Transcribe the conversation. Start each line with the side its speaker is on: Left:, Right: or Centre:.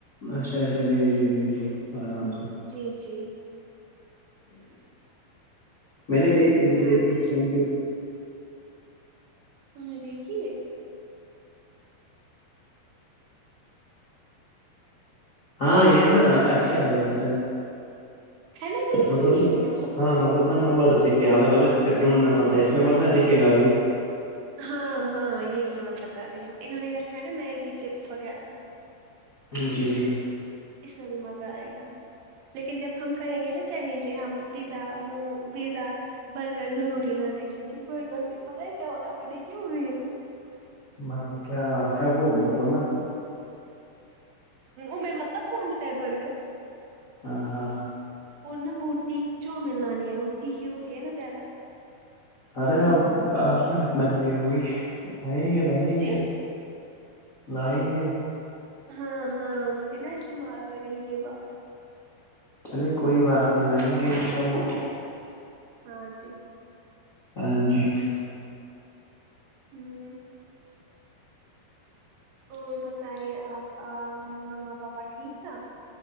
Left: اچھا اچھا بھیجے بھیجیے آرام سے
Right: جی جی
Left: میں نے دیکھھی میں نے
Right: ہاں
Left: دیکھی
Right: جی
Left: تھینک یو
Right: تو نہیں د کی
Left: ہاں یہ نا اچھا ہے اس سے
Right: ہے نا یہ
Left: مطلب
Right: ٹھیک بھی ہے
Left: ہاں
Right: ڈھونڈ
Left: مطلب نا نمبرس لکھتے ہیں الگ الگ پھر ڈھونڈنا پڑتا ہے اس میں مت نا دکھے گابھی
Right: ہاں ہاں یہی میں بتا رہی ہوں انہوں نے رکھا ہے نا میگی چپس وغیرہ
Left: جی جی
Right: اس میں بھی مزہ آئے گا لیکن جب ہم کریں گے نا چل لیجیے ہم پیزا مومو پیزا برگر ضروری لانا ہے کیونکہ برگر سے ہی پتا ہے کیا ہوتا ہےپ نے دیکھیے ریلس
Left: مطلب کیا اچھا وہ مطلب نا
Right: ا میں متب پہنچتا ہے برگر
Left: ہاں ہاں
Right: اور نا موٹی چؤمین لانی ہے وہوٹی کی ہوتی ہے نا زیادہ
Left: ارے اب آپ کی کتنا یہ ہوئی لائیں گے لائیں
Right: جی
Left: گے لائیں گے
Right: ہاں ہاں مجھے نا دماغ میں رہی یہ بات
Left: چلے کوئی بات نہیں لائیں گے ان شاء اللہ
Right: ہاں جی
Left: ہاں جی
Right: ہوں اور بتائیے آپ مما پاپا ٹھیک تھا